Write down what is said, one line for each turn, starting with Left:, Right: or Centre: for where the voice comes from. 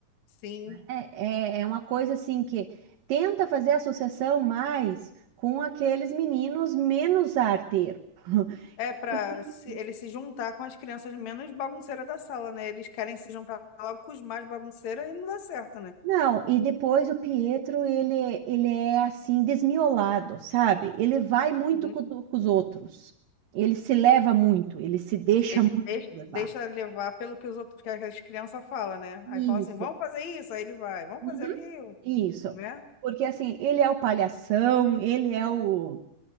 Left: Sim.
Right: É, é, é uma coisa assim que tenta fazer associação mais com aqueles meninos menos arteiro, <laughs>
Left: É para
Right: porque
Left: ele se juntar com as crianças menos bagunceiras da sala, né? Eles querem se juntar logo com os mais bagunceiros e não dá certo, né?
Right: Não, e depois o Pietro, ele, ele é assim, desmiolado, sabe? Ele vai muito
Left: Uhum.
Right: com, do- com os outros. Ele se leva muito, ele se deixa
Left: Ele
Right: muito
Left: deix-
Right: levar.
Left: deixa, levar pelo que os outros, que as crianças falam, né?
Right: Isso.
Left: Aí fala assim, vamos fazer isso, aí ele vai, vamos
Right: Uhum.
Left: fazer aquilo,
Right: Isso.
Left: né?
Right: Porque assim, ele é o palhação, ele é o,